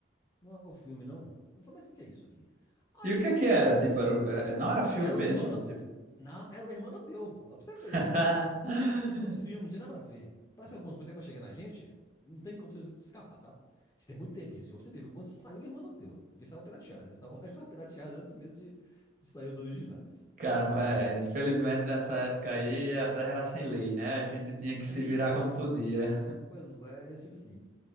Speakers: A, on the left; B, on the right.
A: Não é o filme, não? Eu falei, mas o que que é isso aqui? Aí
B: E o
A: eu.
B: que é que era?
A: "Ah,
B: Tipo, era, o- é, é, não era filme
A: Era
B: mesmo?
A: o Hermano.
B: Tipo.
A: Não, era o Hermano teu. Ó, pra você
B: <laughs>
A: ver. Mas eu te pedi de outro filme, não tinha nada a ver. Parece que algumas coisas que é pra chegar na gente, não tem como você escapar, sabe? Isso tem muito tempo isso. Ó, Pra você ver, quando saiu o Hermano teu. Já saiu pirateado. Já saiu, já saiu <laughs> pirateado antes mesmo de, de sair os originais.
B: Cara, é, infelizmente nessa época aí a terra era sem lei, né? A gente tinha que
A: É,
B: se virar como podia.
A: pois é, e é tipo assim,